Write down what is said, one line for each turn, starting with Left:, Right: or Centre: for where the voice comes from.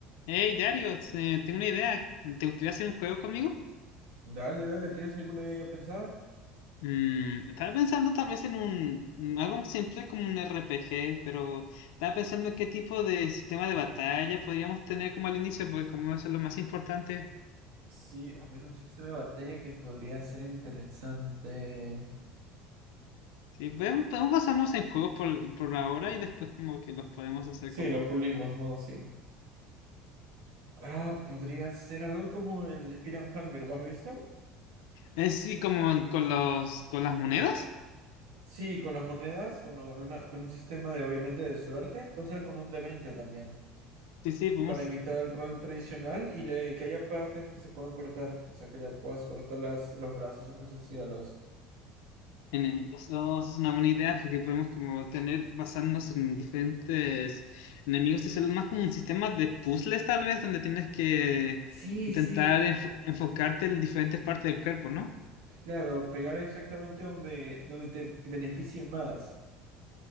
Left: Hey, Dario, eh, tengo una idea. ¿Te gustaría hacer un juego conmigo?
Right: Dale, dale, ¿tienes alguna idea ya pensada?
Left: Mm, estaba pensando tal vez en un mm, algo simple como un RPG, pero estaba pensando en qué tipo de sistema de batalla podríamos tener como al inicio, porque como eso es lo más importante.
Right: Sí, a ver, un sistema de batalla que podría ser interesante.
Left: Sí, podemos, podemos basarnos en juegos por, por ahora y después como que los podemos hacer
Right: Sí,
Left: como...
Right: lo pulimos, ¿no? Sí. Ah, podría ser algo como el Fear and Hunger, ¿lo has visto?
Left: Eh, sí, como con los, con las monedas.
Right: Sí, con las monedas, bueno, con, una, con un sistema de obviamente de suerte, puede ser con un d veinte también,
Left: Sí, sí, podemos.
Right: para imitar el rol tradicional y le, que haya partes que se puedan cortar, o sea, que le puedas cortar las, los brazos o cosas así a los...
Left: Enemigos. Oh, esa es una buena idea porque podemos como tener basarnos en diferentes enemigos. Es más como un sistema de puzzles tal vez donde tienes que
Right: Sí,
Left: intentar
Right: sí,
Left: enfo- enfocarte en diferentes partes del cuerpo, ¿no?
Right: claro, pegar exactamente donde, donde te beneficie más.